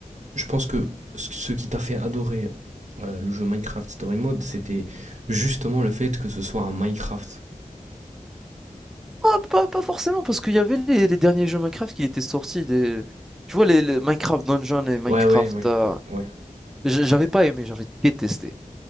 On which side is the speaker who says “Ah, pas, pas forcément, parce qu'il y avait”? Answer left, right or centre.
Centre